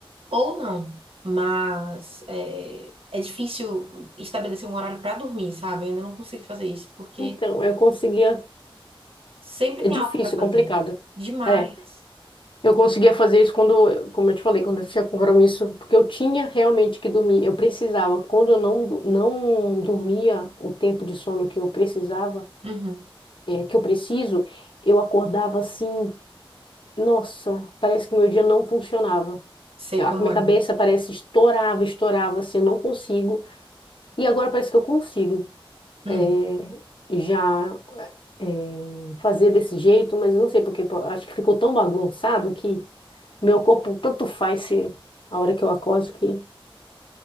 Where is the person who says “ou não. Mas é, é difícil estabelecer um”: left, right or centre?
Right